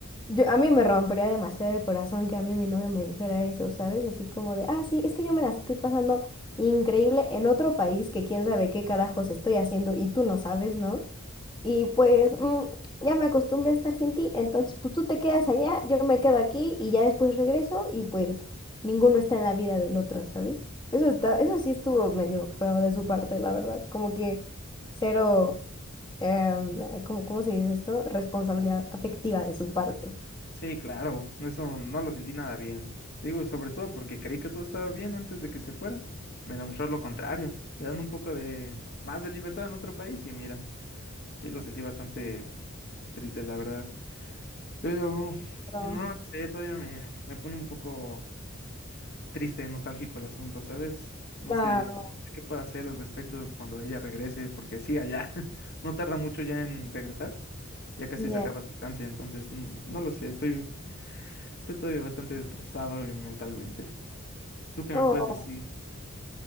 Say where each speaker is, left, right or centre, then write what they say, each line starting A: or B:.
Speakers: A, on the left; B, on the left.
A: yo a mí me rompería demasiado el corazón que a mí mi novio me dijera eso, ¿sabes? Así como de, ah, sí, es que yo me la estoy pasando increíble en otro país que quién sabe qué carajos estoy haciendo y tú no sabes, ¿no? Y pues mm, ya me acostumbré a estar sin ti, entonces pues tú te quedas allá, yo me quedo aquí y ya después regreso y pues ninguno está en la vida del otro, ¿sabes? Eso está, eso sí estuvo medio feo de su parte, la verdad. Como que cero, em, eh, ¿cómo, cómo se dice esto? Responsabilidad afectiva de su parte.
B: Sí, claro, eso no lo sentí nada bien. Te digo, sobre todo porque creí que todo estaba bien antes de que se fuera. Me demostró lo contrario. Le dan un poco de más de libertad en otro país y mira, sí, lo sentí bastante triste, la verdad. Pero,
A: Claro,
B: no, no sé, todavía me, me pone un poco triste, nostálgico el asunto, ¿sabes? No
A: claro.
B: sé qué puedo hacer al respecto cuando ella regrese, porque sí, allá, <laughs> no tarda mucho ya en regresar, ya casi
A: Ya.
B: se acaba su estancia, entonces, mm, no lo sé, estoy Estoy todavía bastante destrozado eh, mentalmente. ¿Tú qué me
A: Oh,
B: puedes decir?